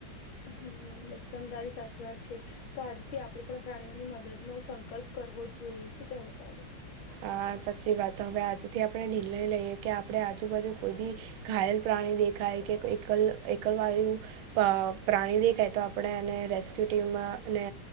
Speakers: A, on the left; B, on the right.
A: હમ્મ, એકદમ તારી સાચી વાત છે. તો આજથી આપણે પણ પ્રાણીઓની મદદનો સંકલ્પ કરવો જ જોઈએ શું કેહવું તારું?
B: અ સાચી વાત હવે આજથી આપણે નિર્ણય લઈએ કે આપણે આજુબાજુ કોઈ બી ઘાયલ પ્રાણી દેખાય કે એકલ એકલ વાયું પા પ્રાણી દેખાય તો આપણે એને રેસ્ક્યુ ટીમમાં ને